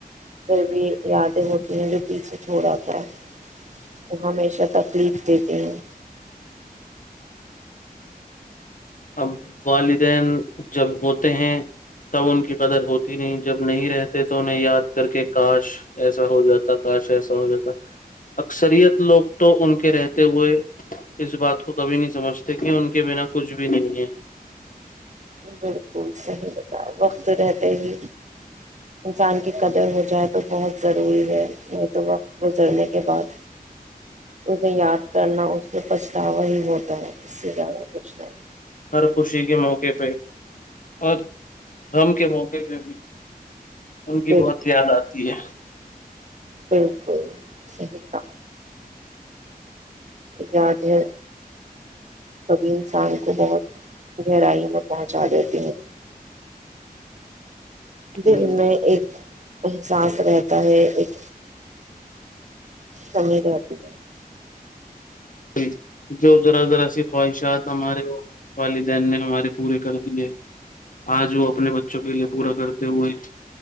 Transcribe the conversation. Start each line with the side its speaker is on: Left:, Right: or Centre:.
Right: پھر بھی یادیں ہوتی ہیں جو پیچھے چھوڑا وہ ہمیشہ تکلیف دیتے ہیں
Left: اب والدین جب ہوتے ہیں تب ان کی قدر ہوتی نہیں جب نہیں رہتے تو انہیں یاد کر کے کاش ایسا ہو جاتا کاش ایسا ہو جاتا اکثریت لوگ تو ان کے رہتے ہوئے اس بات کو کبھی نہیں سمجتے ہیں ان کے بنا کچھ کو نہیں ہے
Right: بالکل صحیح بتا وقت رہتے ہی انسان کی قدر ہو جائے تو بہت ضروری ہے نہیں تو وقت گزرنے کے بعد اسے یاد کرنا اس میں پچھتاوا ہی ہوتا ہے اس سے زیادہ کچھ نہیں
Left: ہر خوشی کے موقع پہ اور غم کے موقع پہ بھی ان بھی
Right: بال
Left: بہت یاد آتا ہے ٹھیک ہے
Right: بالکل صحی کا یاد ہے کبھی انسان کو بہت گہرائی میں پہنچا دیتے ہیں
Left: ہے
Right: دن میں ایک احساس رہتا ہے ایک کمی رہتی ہے
Left: جی جو ذرا ذرا س خواہشات ہمارے وہ والدین نے ہمارے پورے کر دیے آج وہ اپنے بچوں کے لیے پورا کرتے وہ ایک